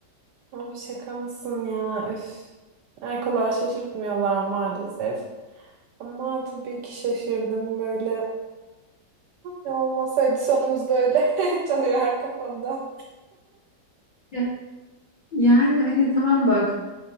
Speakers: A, on the right (about 75°); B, on the left (about 75°).
A: Abi şaka mısın ya? Üf. Erkolar şaşırtmıyorlar maalesef. Ama tabii ki şaşırdım böyle. Ne olmasaydı sonumuz böyle <laughs> çalıyor her kafamda.
B: Ya- Yani hani tamam bak.